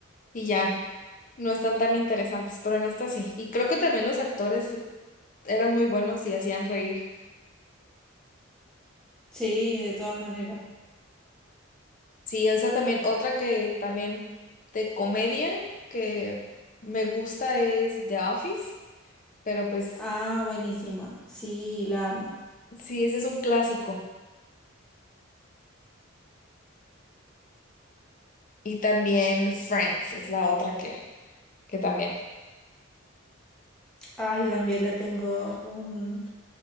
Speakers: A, on the left; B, in the centre.
A: y ya, no están tan interesantes, pero en esta sí. Y creo que también los actores eran muy buenos y hacían reír.
B: Sí, de todas maneras.
A: Sí, esa también, otra que también de comedia que me gusta es The Office, pero pues
B: Ah, buenísima. Sí, la amo.
A: sí, ese es un clásico. Y también Friends es la otra que, que también.
B: Ah, yo también le tengo un,